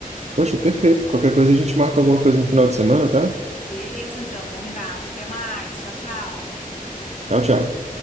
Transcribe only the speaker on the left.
Beleza, então, combinado. Até mais. Tchau, tchau.